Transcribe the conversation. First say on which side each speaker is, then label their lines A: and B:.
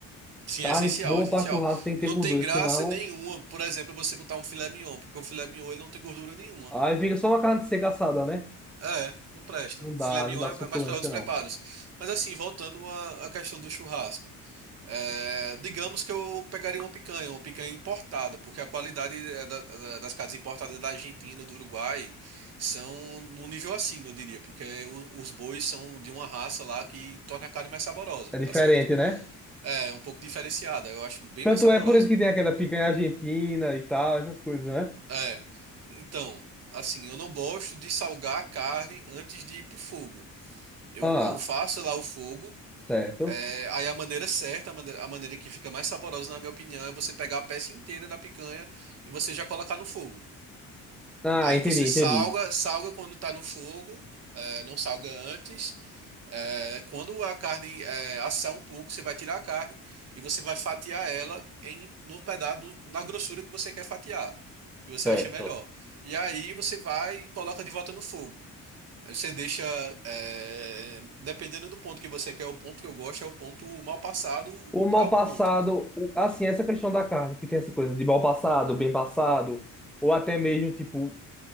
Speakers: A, on the right; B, in the centre.
A: Sim,
B: Carne
A: é essencial,
B: boa
A: é essencial.
B: pra churrasco tem que
A: Não
B: ter gordura,
A: tem graça
B: senão...
A: nenhuma, por exemplo, você botar um filé mignon, porque o filé mignon ele não tem gordura nenhuma.
B: Aí fica só uma carne seca assada, né?
A: É, não presta.
B: Não dá,
A: filé mignon
B: não dá
A: é
B: suculência,
A: mais para outros
B: não.
A: preparos. Mas assim, voltando à à questão do churrasco, é, digamos que eu pegaria uma picanha, uma picanha importada, porque a qualidade é, da- da- das carnes importadas da Argentina, do Uruguai, são num nível acima, eu diria, porque o- os bois são de uma raça lá que torna a carne mais saborosa,
B: É diferente,
A: tá certo?
B: né?
A: É, é um pouco diferenciada, eu acho bem
B: Tanto
A: mais saborosa.
B: é por isso que tem aquela picanha argentina e tal, essas coisas, né?
A: É. Então, assim, eu não gosto de salgar a carne antes de ir pro fogo. Eu,
B: Ah,
A: eu faço lá o fogo,
B: certo.
A: é, aí a maneira certa, a maneira, a maneira que fica mais saborosa, na minha opinião, é você pegar a peça inteira da picanha e você já colocar no fogo.
B: Ah,
A: Aí
B: entendi,
A: você
B: entendi.
A: salga, salga quando tá no fogo, é, não salga antes, É, quando a carne é, assar um pouco, você vai tirar a carne e você vai fatiar ela em no pedaço, no- na grossura que você quer fatiar, que você
B: Certo.
A: acha melhor. E aí você vai e coloca de volta no fogo. Aí você deixa, é, dependendo do ponto que você quer, o ponto que eu gosto é o ponto mal passado
B: O mal
A: para o
B: passado,
A: ponto.
B: o- assim, essa questão da carne, que tem essa coisa de mal passado, bem passado, ou até mesmo, tipo,